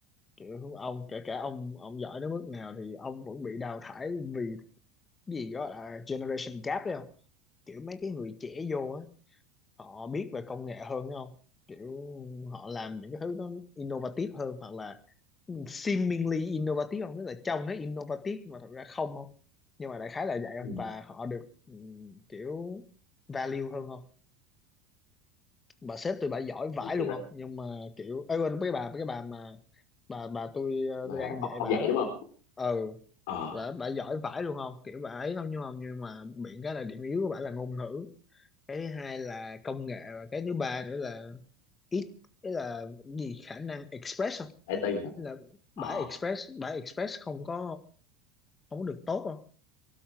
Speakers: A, on the left; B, on the left.
A: kiểu ông kể cả ông ông giỏi đến mức nào thì ông vẫn bị đào thải vì cái gì đó là generation gap đấy không kiểu mấy cái người trẻ vô á họ biết về công nghệ hơn đúng không kiểu họ làm những cái thứ nó innovative hơn hoặc là seemingly innovative không tức là trông nó innovative nhưng mà thật ra không không nhưng mà đại khái là vậy
B: Ừ.
A: không và họ được ừm, kiểu value hơn không bà sếp tôi bà giỏi vãi
B: thì cái-
A: luôn không nhưng mà kiểu ấy quên cái bà cái bà mà bà bà tôi ờ,
B: và
A: tôi đang
B: ông,
A: dạy
B: ông
A: bà
B: dạy
A: đó
B: đúng không
A: ừ
B: ờ
A: bà bà giỏi vãi luôn không kiểu bà ấy không nhưng mà nhưng mà miệng cái là điểm yếu của bà là ngôn ngữ cái thứ hai là công nghệ và cái thứ ba nữa là ít cái là gì khả năng express không
B: IT hả
A: Ý là
B: ờ
A: bà express bà express không có không có được tốt không